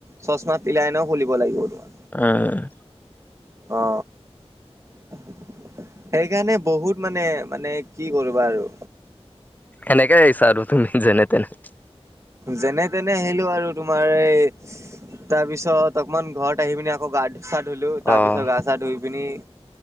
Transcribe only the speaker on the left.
অ‌ অ,
এনেকে বিচাৰো তুমি যেনে তেনে,
অ',